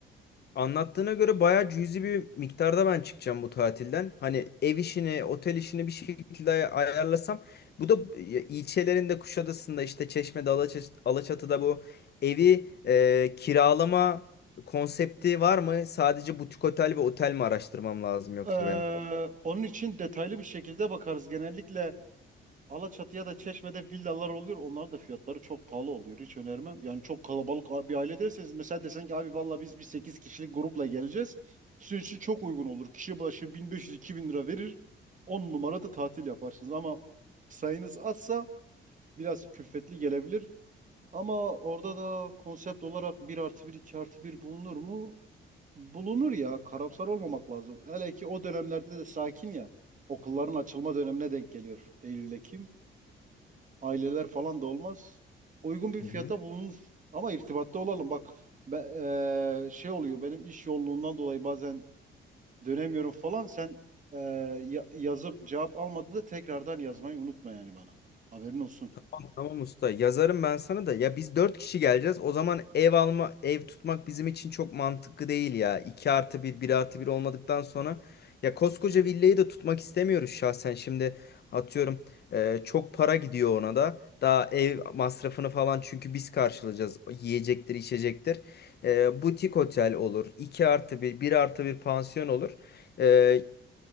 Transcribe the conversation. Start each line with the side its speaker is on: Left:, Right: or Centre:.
Left: Anlattığına göre bayağı cüzi bir miktarda ben çıkacağım bu tatilden. Hani ev işini, otel işini bir şekilde ay- ayarlasam. Bu da e, ilçelerinde Kuşadası'nda işte Çeşme'de, Alaça- Alaçatı'da bu evi e, kiralama konsepti var mı? Sadece butik otel ve otel mi araştırmam lazım yoksa
Right: Ee,
Left: benim?
Right: onun için detaylı bir şekilde bakarız. Genellikle Alaçatı'ya da Çeşme'de villalar oluyor. Onların da fiyatları çok pahalı oluyor. Hiç önermem. Yani çok kalabalık bir aile derseniz mesela desen ki abi valla biz bir 8 kişilik grupla geleceğiz. Sizin için çok uygun olur. Kişi başı 1500-2000 lira verir. 10 numarada tatil yaparsınız. Ama sayınız azsa biraz külfetli gelebilir. Ama orada da konsept olarak bir artı bir 2 artı bir bulunur mu? Bulunur ya. Karamsar olmamak lazım. Hele ki o dönemlerde de sakin ya. Okulların açılma dönemine denk geliyor. Eylül, Ekim aileler falan da olmaz. Uygun bir
Left: Hı
Right: fiyata
Left: hı.
Right: bulunur. Ama irtibatta olalım. Bak ben, eee, şey oluyor benim iş yoğunluğundan dolayı bazen dönemiyorum falan. Sen eee, ya- yazıp cevap almadığında tekrardan yazmayı unutma yani bana. Haberin olsun.
Left: Tamam tamam usta. Yazarım ben sana da. Ya biz dört kişi geleceğiz. O zaman ev alma, ev tutmak bizim için çok mantıklı değil ya. 2 artı bir, bir artı bir olmadıktan sonra. Ya koskoca villayı da tutmak istemiyoruz şahsen. Şimdi atıyorum e, çok para gidiyor ona da. Daha ev masrafını falan çünkü biz karşılayacağız. Yiyecektir, içecektir. E, butik otel olur. 2 artı bir, bir artı bir pansiyon olur. E,